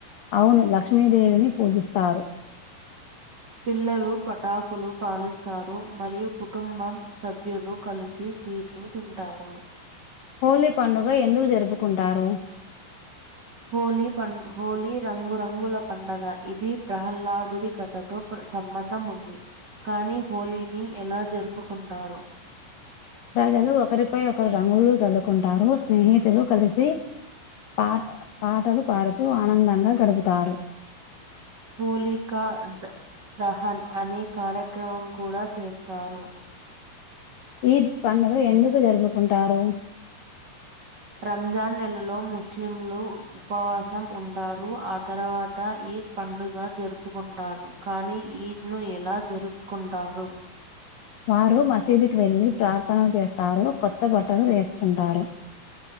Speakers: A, on the left; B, on the right.
A: అవును లక్ష్మీదేవిని పూజిస్తారు
B: పిల్లలు పటాకులు కాలుస్తారు మరియు కుటుంబం సభ్యులు కలిసి స్వీట్లు తింటారు
A: హోలీ పండుగ ఎందుకు జరుపుకుంటారు
B: హోలీ పం హోలీ రంగురంగుల పండగ ఇది ప్రహ్లాదుడి కథతో సంబంధం ఉంది కానీ హోలీని ఎలా జరుపుకుంటారు
A: ప్రజలు ఒకరిపై ఒకరు రంగులు చల్లుకుంటారు స్నేహితులు కలిసి పాట పాటలు పాడుతూ ఆనందంగా గడుపుతారు
B: హోలికా ద దహన్ అనే కార్యక్రమం కూడా చేస్తారు
A: ఈ పండుగ ఎందుకు జరుపుకుంటారు
B: రంజాన్ నెలలో ముస్లింలు ఉపవాసం ఉంటారు ఆ తర్వాత ఈద్ పండుగ జరుపుకుంటారు కానీ ఈద్ ను ఎలా జరుపుకుంటారు
A: వారు మసీదుకి వెళ్ళి ప్రార్థనలు చేస్తారు కొత్త బట్టలు వేసుకుంటారు